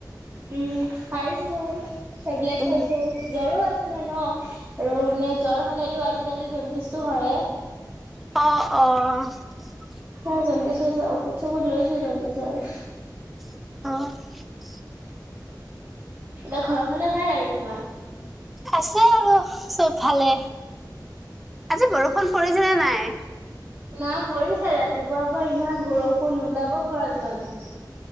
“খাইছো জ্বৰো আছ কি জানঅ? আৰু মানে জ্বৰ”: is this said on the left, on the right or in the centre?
Right